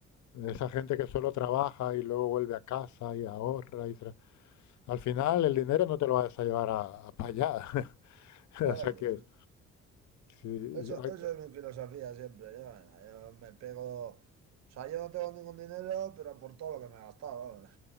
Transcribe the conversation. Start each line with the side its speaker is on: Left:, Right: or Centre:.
Left: Esa gente que solo trabaja y luego vuelve a casa y ahorra y tra- al final el dinero no te lo vas a llevar a, para allá. <laughs>
Right: por
Left: O sea
Right: eso,
Left: que
Right: es-
Left: Sí,
Right: eso,
Left: hay-
Right: eso es mi filosofía siempre. Yo, venga, yo me pego. O sea, yo no tengo ningún dinero, pero por todo lo que me he gastado. vamos.